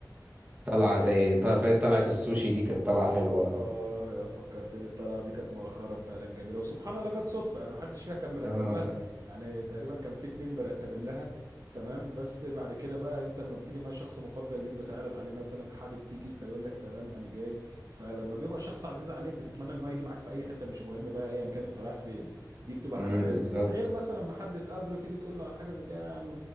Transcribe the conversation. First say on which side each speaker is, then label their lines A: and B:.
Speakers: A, on the right; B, on the right.
A: طلعه زي طلعه طلعة السوشي دي كانت طلعه حلوه
B: اه فكرتني الطريقه دي كانت مؤخرا فعلا جميله وسبحان الله جت صدفه يعني محدش فيها كان مرتب
A: اه
B: لها يعني تقريبا كان في اتنين مرتبين لها تمام بس بعد كده بقى انت لما بتيجي مع شخص مفضل ليك بتعرض عليه مثلا حابب تيجي فيقول لك تمام انا جاي فلما بيبقى شخص عزيز عليك بتتمنى ان هو يجي معاك في اي حته مش مهم بقى ايا كان انت رايح فين دي بتبقى
A: امم
B: حاجه حلوه
A: بالظبط
B: غير مثلا ما حد تقابله تيجي تقول له على حاجه زي كده يا عم